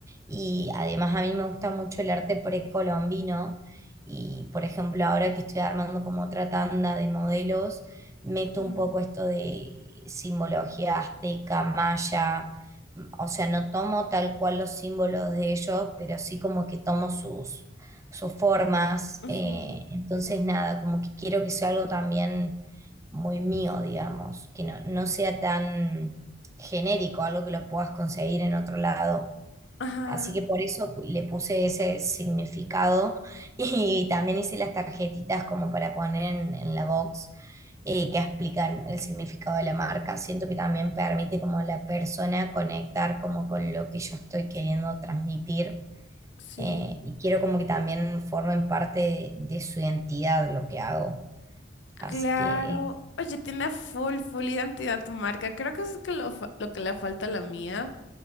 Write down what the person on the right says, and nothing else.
y además a mí me gusta mucho el arte precolombino y, por ejemplo, ahora que estoy armando como otra tanda de modelos, meto
un poco esto de simbología azteca, maya, m- o sea, no tomo tal cual los símbolos de ellos, pero sí como que tomo sus, sus formas.
eh, entonces, nada, como que quiero que sea algo también muy mío, digamos, que no, no sea tan genérico, algo que lo puedas conseguir en otro lado.
Así que por eso le puse ese significado <laughs> y también hice las tarjetitas como para poner en, en la box eh, que explican el significado de la marca. Siento que también permite como a la persona conectar como con lo que yo estoy queriendo transmitir
eh, y quiero como que también formen parte de, de su identidad lo que hago. Así
que